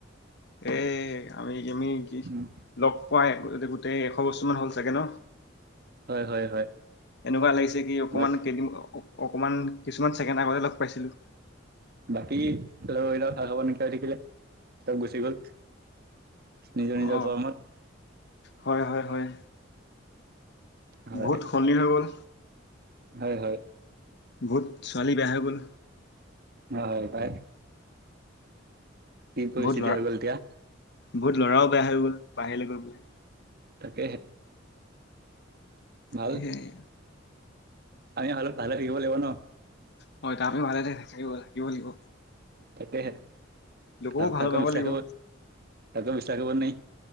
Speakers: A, on the left; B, on the right.
A: এ আমি আমি কি
B: উম।
A: লগ পোৱাই গোটেই এশ বছৰ। মান হ'ল চাগে নহ।
B: হয় হয় হয়
A: এনেকুৱা লাগিছে কি অকমান
B: বাক
A: কেইদিন অকমান কিছুমান ছেকেণ্ড আগতে লগ পাইছিলো।
B: বাকী লগৰকেইটাও <unintelligible> হৈ থাকিলে চব গুচি গ'ল। নিজৰ নিজৰ
A: অ
B: কৰ্মত।
A: হয় হয় হয়
B: হয়।
A: বহুত সলনি হৈ গ'ল।
B: হয় হয়।
A: বহুত ছোৱালী বেয়া হৈ গ'ল।
B: হয় পাই। কি পৰিস্থিতি
A: বহুত ল'ৰা
B: হৈ গ'ল এতিয়া।
A: বহুত ল'ৰাও বেয়া হৈ গ'ল বাহিৰলৈ গৈ পেলাই।
B: তাকেহে। ভাল
A: সেয়াই
B: আমি ভাল ভালে থাকিব লাগিব নহ।
A: হয় আমি ভালে <unintelligible> থাকিব থাকিব লাগিব।
B: তাকেহে আৰু
A: লোককো ভাল
B: কাকো
A: পাব
B: বিশ্বাস
A: লাগিব
B: কৰিব কাকো বিশ্বাস কৰিব নাই।